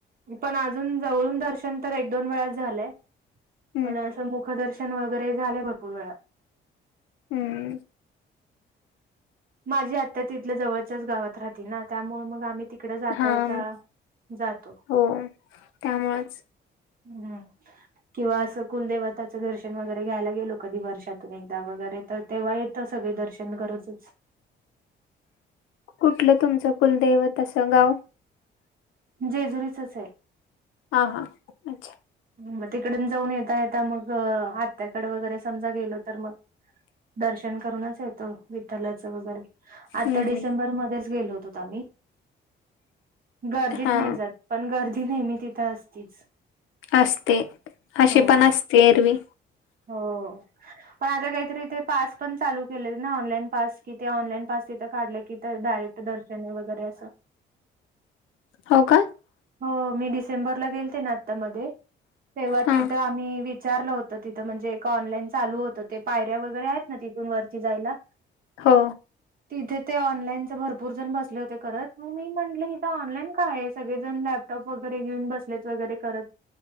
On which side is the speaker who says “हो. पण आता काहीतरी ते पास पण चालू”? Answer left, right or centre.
Right